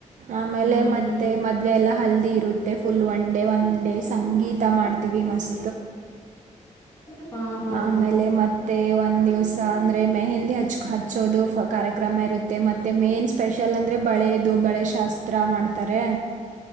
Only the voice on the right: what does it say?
ಆಮೇಲೆ
ಮತ್ತೆ ಮದ್ವೆ ಎಲ್ಲಾ ಹಲ್ದಿ ಇರುತ್ತೆ full one day one day ಸಂಗೀತ ಮಾಡ್ತೀವಿ ಮಸ್
ಆಮೇಲೆ
ಮತ್ತೆ ಒಂದ್ ದಿವ್ಸ ಅಂದ್ರೆ ಮೆಹಂದಿ ಹಚ್ ಹಚ್ಚೋದು ಫ ಕಾರ್ಯಕ್ರಮ ಇರುತ್ತೆ ಮತ್ತೆ ಮೆನ್ಸ್ ಸ್ಪೆಷಲ್ ಅಂದ್ರೆ ಬಳೆದು ಬಳೆ ಶಾಸ್ತ್ರ ಮಾಡ್ತಾರೆ.